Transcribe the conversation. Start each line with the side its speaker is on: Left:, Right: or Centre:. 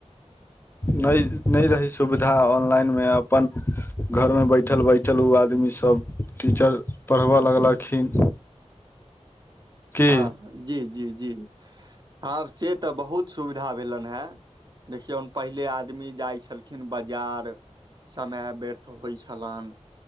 Left: नइ नइ रहै सुविधा ऑनलाइनमे अपन घरमे बैठल बैठल उ आदमी सब। टीचर पढ़ब लगलखिन। की
Right: हँ जी जी जी आब से तऽ बहुत सुविधा। भेलनहेँ देखियौन पहिले आदमी जाइ छलखिन बजार। समय व्यर्थ होइ छलनि।